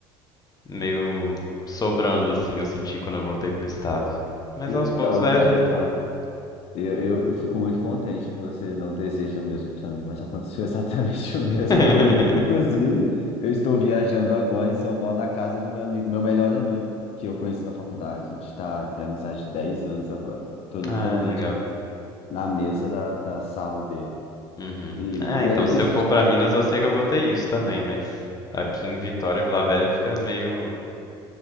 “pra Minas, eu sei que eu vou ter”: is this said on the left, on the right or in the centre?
Left